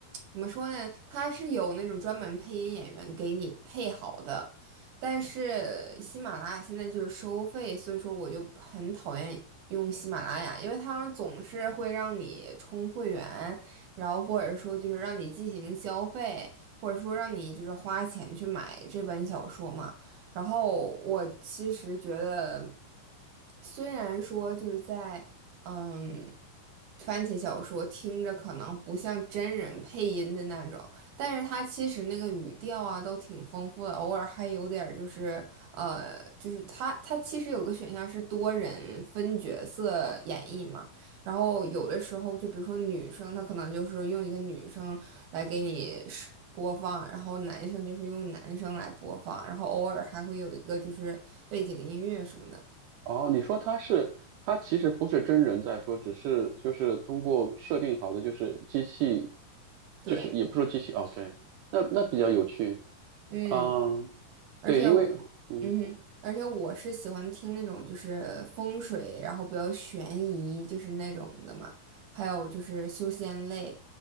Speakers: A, on the right; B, on the right.
A: 怎么说呢？它是有那种专门配音演员给你配好的，但是喜马拉雅现在就是收费，所以说我就很讨厌用喜马拉雅，因为他们总是会让你充会员，然后或者说就是让你进行消费，或者说让你就是花钱去买这本小说嘛。然后我其实觉得，虽然说就是在嗯番茄小说听着可能不像真人配音的那种，但是它其实那个语调啊都挺丰富的，偶尔还有点儿就是呃，就是它它其实有个选项是多人分角色演绎嘛。然后有的时候，就比如说女生，她可能就是用一个女生来给你是播放，然后男生就是用男生来播放，然后偶尔还会有一个就是背景音乐什么的。
B: 哦，你说他是，他其实不是真人在说，只是就是通过设定好的，就是机器，
A: 对，
B: 就是也不说机器哦，OK，那那比较有趣，
A: 嗯。
B: 嗯，
A: 而且我，
B: 对，因为，嗯，
A: 嗯哼，而且我是喜欢听那种就是风水，然后比较悬疑，就是那种的嘛，还有就是修仙类，